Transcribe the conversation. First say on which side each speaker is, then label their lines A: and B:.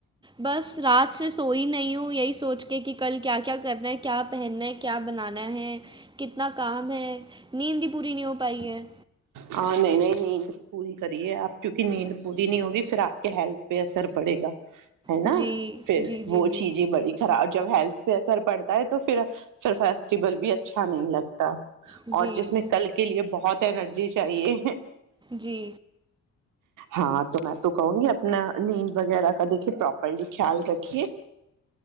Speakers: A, on the right; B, on the right.
A: بس رات آپ سے سوئی نہیں ہوں یہی سوچ کے کہ کل کیا کیا کرنا ہے کیا پہننا ہے کیا بنانا ہے کتنا کام ہے نیند ہی پوری نہیں ہو پائی ہے
B: ہاں نہیں نہیں نیند پوری کریے آپ کیونکہ نیند پوری نہیں ہوگی پھر آپ کے ہیلتھ پہ اثر پڑے گا ہے نا
A: جی
B: پھر
A: جی جی
B: وہ
A: جی
B: چیز ہی بڑی خراب جب ہیلتھ پہ اثر پڑتا ہے تو پھر پھر فیسٹیول بھی اچھا نہیں لگتا <unintelligible>
A: جی
B: اور جس میں کل کے لیے بہت <unintelligible> جی چاہیے
A: جی
B: ہاں تو میں تو کہوں گی اپنا نیند وغیرہ کا دیکھیے پراپرلی خیال رکھیے